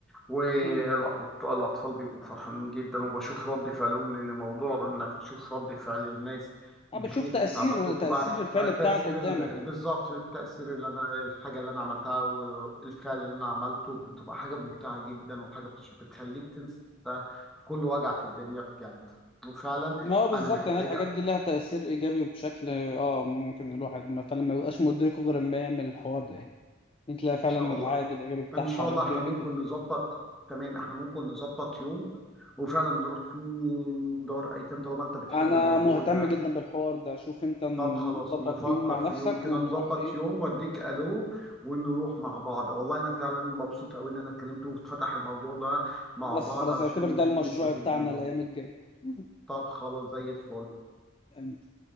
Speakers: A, in the centre; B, on the left.
A: والاطفال
B: امم
A: الاطفال بيبقوا فرحانين جدا وبشوف رد فعلهم لان موضوع انك تشوف رد فعل الناس
B: انا
A: بخير
B: بتشوف تأثير
A: انت عملته بتبقى
B: تأثير الفعل
A: آه، تاثير
B: بتاعك قدامك
A: ال... بالظبط
B: يعني
A: التاثير اللي انا الحاجه اللي انا عملتها والفعل اللي انا عملته بتبقى حاجه ممتعه جدا وحاجه بتش- بتخليك تنسى كل وجع في الدنيا بجد وفعلا
B: ما هو بالظبط
A: انا محتاجه
B: يعني الحاجات دي لها تأثير إيجابي بشكل اه ممكن الواحد ما- فعلا ما يبقاش مدركه غير لما يعمل الحوار ده يعني انت لا
A: ان
B: فعلا
A: شاء الله
B: العائد الإيجابي بتاعها
A: ان شاء الله
B: كبير
A: احنا ممكن
B: جدا
A: نظبط تمام احنا ممكن نظبط يوم وفعلا نروح فيه دار ايتام طالما انت بتحب
B: أنا
A: الموضوع
B: مهتم
A: ده
B: جدا بالحوار ده شوف انت نظبط
A: طب خلاص نفكر
B: يوم مع نفسك
A: في يوم كده
B: ونروح
A: نظبط
B: ايه
A: يوم واديك الو ونروح مع بعض والله انا فعلا مبسوط قوي ان انا اتكلمت واتفتح الموضوع ده مع
B: بس
A: بعض
B: خلاص
A: علشان
B: اعتبر ده المشروع
A: نستفيد
B: بتاعنا
A: منه
B: الأيام الجاية <laughs>
A: طب خلاص زي الفل
B: يعني